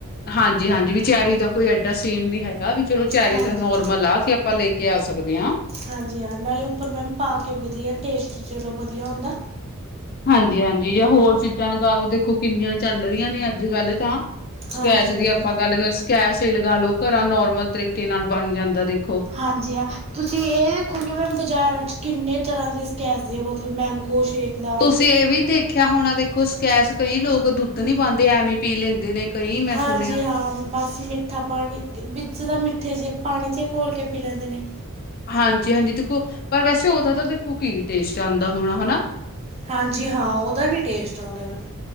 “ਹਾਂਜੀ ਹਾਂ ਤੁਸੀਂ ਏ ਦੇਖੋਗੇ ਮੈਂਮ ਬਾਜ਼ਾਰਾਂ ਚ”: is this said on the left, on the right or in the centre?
Right